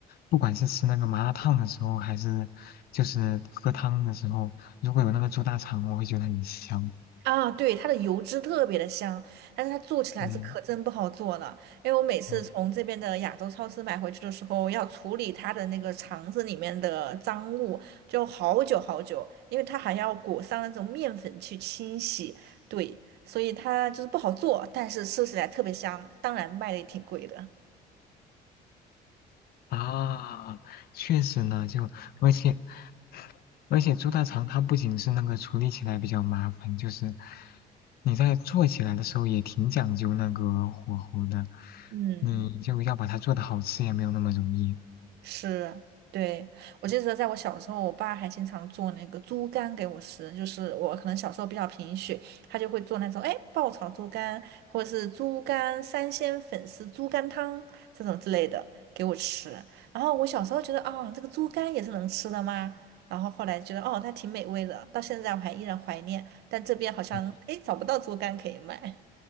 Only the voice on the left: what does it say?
不管是吃那个麻辣烫的时候，还是就是喝汤的时候，如果有那个猪大肠，我会觉得很香。
嗯
嗯
啊，确实呢，就而且而且猪大肠它不仅是那个处理起来比较麻烦，就是你在做起来的时候也挺讲究那个火候的，
你就要把它做的好吃也没有那么容易。
嗯